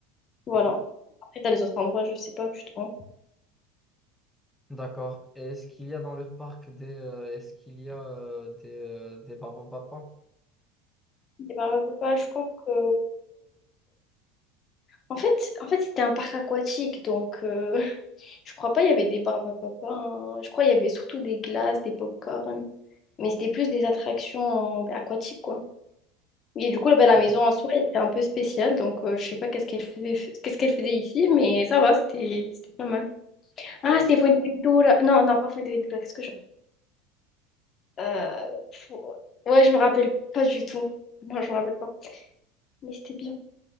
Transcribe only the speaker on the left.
voilà.
Après, t'as les autres endroits, je sais pas du tout.
Et bah, bah, bah, je crois que... En fait, en fait, c'était un parc aquatique. Donc, euh, <laughs> je crois pas il y avait des barbes à papa. hein. Je crois il y avait surtout des glaces, des pop corn Mais c'était plus des attractions euh, aquatiques, quoi. Et du coup, là, bah, la
maison
en soi, elle était un peu spéciale. Donc, euh, je sais pas qu'est-ce qu'elle faisait, qu'est-ce qu'elle faisait ici. Mais ça va, c'était c'était pas mal.
Ah, c'était Fuerteventura. Non, non, pas Fuerteventura. Qu'est-ce que je... Euh, fou- Ouais, je me rappelle pas du tout. Moi, je me rappelle pas. Mais c'était bien.